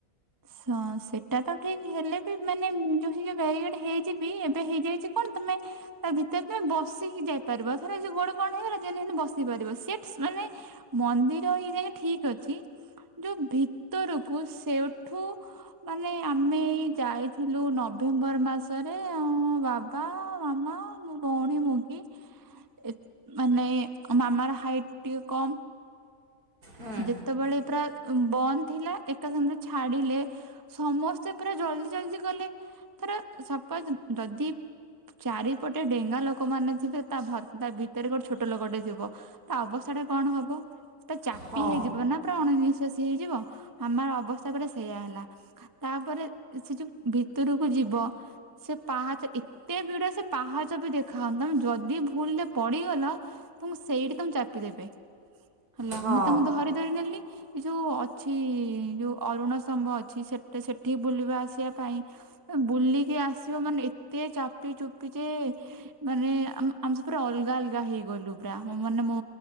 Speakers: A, on the right; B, on the right.
A: ସଁ ସେଟା ତ ଠିକ ହେଲେ ବି ମାନେ ଯୋଉ ଯୋଉ ବ୍ୟାରିଗେଡ ହେଇଚିବି ଏବେ ହେଇଯାଇଛି କଣ ତମେ ତା ଭିତରେ ତମେ ବସିକି ଯାଇପାରିବ ଏଥର ଯୋଉ ଗୋଡ କଣ ହେଇଗଲା ଯେନେ ହେଲେ ବସି ପାରିବ ସିଟ ମାନେ ମନ୍ଦିର ଇଏ ଯାଏ ଠିକ ଅଛି ଯୋଉ ଭିତରକୁ ସେଉଠୁ ମାନେ ଆମେ ଏଇ ଯାଇଥିଲୁ ନଭେମ୍ବର ମାସରେ ଆଉ ମୋ ବା ପା ମାମା ମୋ ଭଉଣୀ ମୁଗୀ। ଏତେ ମାନେ ମାମାର ହାଇଟ୍ ଟିକେ କମ୍।
B: ହୁଁ।
A: ସେ ଯେତେବେଳେ ପୁରା ବନ୍ଦ ଥିଲା ଏକା ସାଙ୍ଗରେ ଛାଡିଲେ। ସମସ୍ତେ ପୁରା ଜଲଦି ଜଲଦି ଗଲେ ଏଥିରେ ସପୋଜ ଯଦି ଚାରିପଟେ ଡେଙ୍ଗା ଲୋକ ମାନେ ଥିବେ ତା ଭ ଭିତରେ ଗୋଟେ ଛୋଟ ଲୋକଟେ ଥିବ। ତା ଅବସ୍ଥା ଟା କଣ ହବ ତ ଚାପି
B: ହଁ।
A: ହେଇଯିବ ନା। ପୁରା ଅଣ ନିିଶ୍ୱାସୀ ହେଇଯିବ। ହାମାର ଅବସ୍ଥା ପୁରା ସେଇଆ ହେଲା। ତାପରେ ସେ ଯୋଉ ଭିତରକୁ ଯିବ ସେ ପାହାଚ ଏତେ ଭିଡ ସେ ପାହାଚ ବି ଦେଖା ହଉନି ତମେ ଯଦି ଦି ଭୁଲରେ ପଡ଼ିଗଲ ତମକୁ ସେଇଠି ତମକୁ ଚାପିଦେବେ। ହେଲା
B: ହଁ
A: ମୁଁ ତାଙ୍କୁ ଧରି ଧରି ନେଲି। ଏ ଯୋଉ ଅଛି ଯୋଉ ଅରୁଣ ସ୍ତମ୍ୱ ଅଛି ସେଟ ସେଠିକ ବୁଲିବା ଆସିବା ପାଇଁ ବୁଲିକି ଆସିବ ମାନେ ଏତେ ଚାପି ଚୁପି ଯେ ମାନେ ଆ ଆମେ ପୁରା ଅଲଗା ଅଲଗା ହେଇଗଲୁ ପୁରା ମାନେ ମୋ